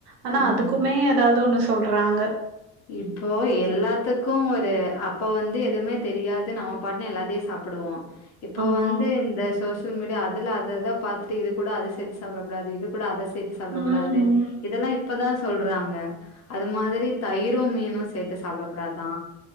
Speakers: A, on the right; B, on the left.
A: ஆனா
B: ஆமா.
A: அதுக்குமே எதாவது ஒண்ணு சொல்றாங்க
B: இப்போ எல்லாத்துக்கு ஒரு அப்ப வந்து எதுமே தெரியாது நம்ம பாட்டுன்னு எல்லாத்தையு சாப் ப்டுவோ இப்போ
A: ஆமா
B: வந்து இந்த சோசியல் மீடியா அதுல அது அத பாத்துட்டு இது கூட அத சேத்து சாப்டக் கூடாது இது கூட அத சேத்து சாப்டக்க
A: ம்
B: கூடாது இதெல்லா இப்பதா சொல்றாங்க அது மாதிரி தயிரு மீனு சேத்து சாப்ட கூடாதா